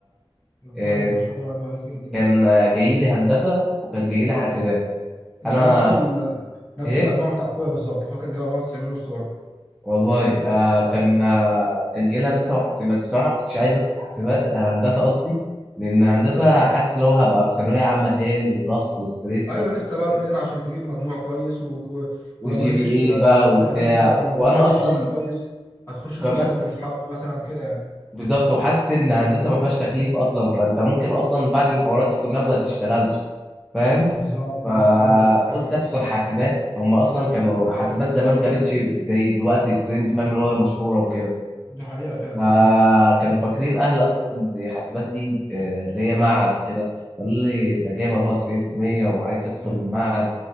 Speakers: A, on the left; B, in the centre.
A: طب
B: آه،
A: كويس ما شاء الله كويس جدا يعني
B: كان جاي لي هندسه وكان جاي لي حاسبات
A: ايوه انت
B: انا
A: نفس ال... نفس
B: ايه
A: المجموع بتاع اخويا بالظبط اخويا كان جايب 94 ونص برضه
B: والله آه كان
A: ايوه
B: آه كان جاي لي هندسه وحاسبات بصراحه ما كنتش عايز ادخل حاسبات آه، هندسه قصدي لان هندسه
A: ايوه
B: حاسس لو هبقى في ثانويه عامه تاني وضغط وستريس
A: ايوه
B: وبقى
A: لسه بقى
B: كده
A: تاني عشان تجيب مجموع كويس و... و-
B: والجي
A: ولو ما جبتش
B: بي اي
A: آه،
B: بقى وبتاع
A: تقدير ك- لو ما
B: وانا
A: جبتش
B: اصلا
A: جي بي إيه كويس هتخش
B: وكمان
A: قسم انت مش حابه مثلا كده يعني
B: بالظبط وحاسس ان هندسه ما فيهاش تكليف اصلا فانت ممكن اصلا بعد الحوارات دي كلها ما تشتغلش فاهم
A: بالظبط
B: فقلت
A: عندك في ايوه دي حقيقة
B: ادخل حاسبات هم اصلا كانوا حاسبات زمان كانتش زي دلوقتي ترند فاهم اللي هو مشهوره وكده
A: دي حقيقة فعلا
B: فكانوا
A: ايوه
B: فاكرين اهل اصلا ان حاسبات دي آه، اللي هي معهد وكده قالوا لي انت جايب 94% وعايز تدخل
A: ايوه
B: معهد